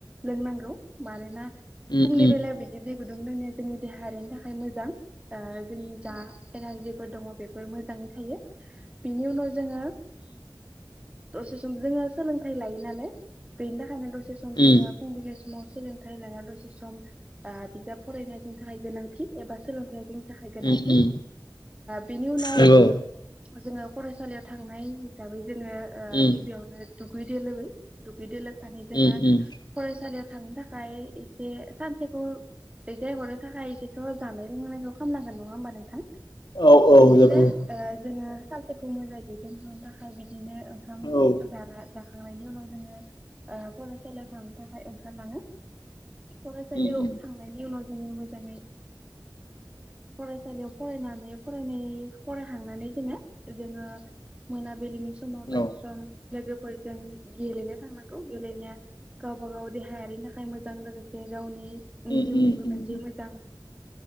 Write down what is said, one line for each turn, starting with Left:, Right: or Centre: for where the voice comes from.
Right: लोंनांगौ मानोना
Left: उम
Right: फुङनि बेला बिदि दै गुदुं लोंनाया जोंनि देहायारिनि थाखाय मोजां ओ जोंनि जा एनारजि फोर दङ बेफोर मोजाङै थायो बिनि उनाव जोङो ओ दसे सम जोङो सोलोंथाइ लायो नालाय बेनि थाखायनो द
Left: उम
Right: सम जोङो
Left: उम
Right: फुंबिलि समाव सोलोंथाइ लानाया दसे सम बा बिजाब फरायनाया जोंनि थाखाय गोनांथि एबा सोलोंथाइआ ज <unintelligible> थाखाय गोनांथि
Left: उम उम
Right: बेनि उनाव
Left: नंगौ
Right: जोंङो फरायसालियाव थांनाय जाबै जोङो
Left: उम
Right: गिबियावनो दुगै दोलोबै- दुगै दोलोबै <unintelligible> जोंङो
Left: उम उम
Right: फरायसालियाव थांनो थाखाय एसे सानसेखौ दैथायहरनो थाखाय एसेथ' जानाय लोंनायखौ खालामनांगोन नङा होमबा नोंथां
Left: औ औ
Right: बिदिनो
Left: नंगौ
Right: जोङो <unintelligible> मोजांङै दैदेनलांबा <unintelligible> बिदिनो ओंखाम
Left: औ
Right: जा जाखां नायनि उनाव जोङो फरायसालियाव थांनो थाखाय ओंखारलाङो फरायसालियाव
Left: उम उम
Right: थांनायनि उनाव जों मोजांङै फरायसालियाव फरायनानै फराय फरायहांनानै जोङो - जोङो मोन <unintelligible> <unintelligible>
Left: औ
Right: लोगोफोरजों गेलेनो थांनांगौ गेलेनाया गावबा गाव देहायारिनि थाखाय मोजां लोगोसे गावनि जिउनिबो
Left: उम उम
Right: मोनसे
Left: उम
Right: मोजां